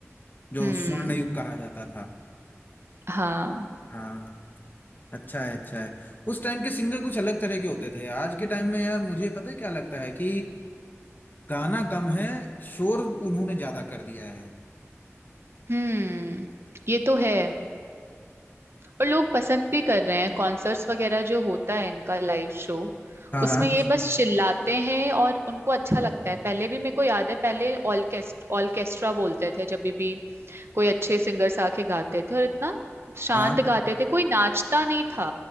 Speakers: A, on the left; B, on the right.
A: जो
B: हम्म
A: स्वर्ण युग कहा जाता था
B: हाँ
A: हाँ अच्छा है अच्छा है उस टाइम के सिंगर कुछ अलग तरह के होते थे आज के टाइम में यार मुझे पता है क्या लगता है कि गाना कम है शोर उन्होंने ज्यादा कर दिया है
B: हम्म ये तो है और लोग पसंद भी कर रहे हैं कॉन्सर्ट्स वगैरह जो होता है इनका लाइव शो
A: हाँ हाँ
B: उसमें ये बस चिल्लाते हैं और उनको अच्छा लगता है पहले भी मेरे को याद है पहले ऑर्केस्ट ऑर्केस्ट्रा बोलते थे जब भी भी कोई अच्छे सिंगर्स आके गाते थे और इतना शांत
A: हाँ
B: गाते थे कोई नाचता नहीं था